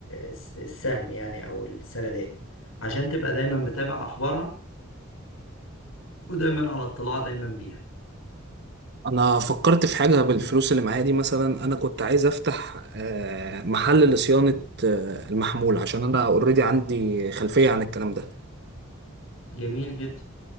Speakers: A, on the left (about 80°); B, on the right (about 55°).
A: الس- السهم يعني او السندات عشان تبقى دايما متابع اخبارها ودايما على اطلاع دايما بيها
B: أنا فكرت في حاجة بالفلوس اللي معايا دي مثلا أنا كنت عايز أفتح آه، محل لصيانة آه، المحمول عشان أنا أوريدي عندي خلفية عن الكلام ده
A: جميل جدا